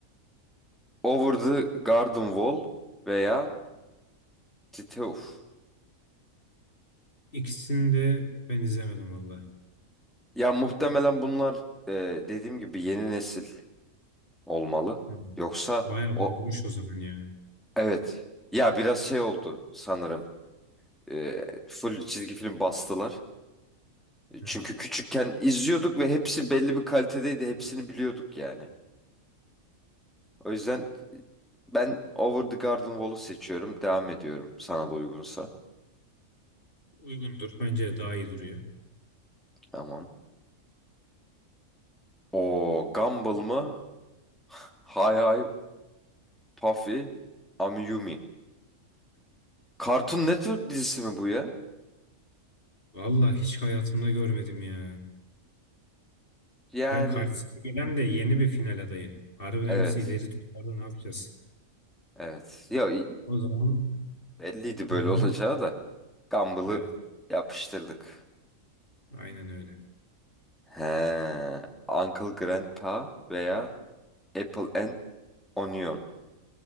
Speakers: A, in the centre; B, on the left.
A: Over the Garden Wall veya Titeuf.
B: İkisini de ben izlemedim valla.
A: Ya muhtemelen bunlar e, dediğim gibi yeni nesil olmalı.
B: Hmm.
A: Yoksa
B: Bayağı
A: o
B: bozmuş o zaman ya.
A: evet. Ya biraz şey oldu sanırım. E, full çizgi film bastılar.
B: He.
A: Çünkü küçükken izliyorduk ve hepsi belli bir kalitedeydi. Hepsini biliyorduk yani. O yüzden ben Over the Garden Wall'u seçiyorum. Devam ediyorum sana da uygunsa.
B: Uygundur. Bence de daha iyi duruyor.
A: Tamam. O Gumball mı? <laughs> Hay hay Puffy, Amiyumi. Cartoon Network dizisi mi bu ya?
B: Valla hiç hayatımda görmedim ya.
A: Yani
B: Ve karşısına gelen de yeni bir final adayı. Harbiden
A: evet.
B: bizi ileri tutardı ne yapacağız?
A: Evet. Ya i-
B: O zaman
A: belliydi böyle
B: Hı hı.
A: olacağı da. Gumball'ı
B: Evet,
A: yapıştırdık.
B: aynen öyle.
A: He. Uncle Grandpa veya Apple and Onion.